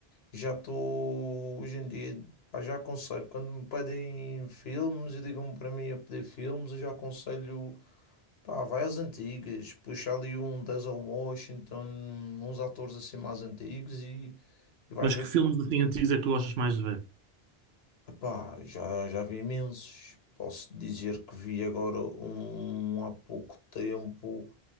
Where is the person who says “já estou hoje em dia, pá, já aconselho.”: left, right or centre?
Left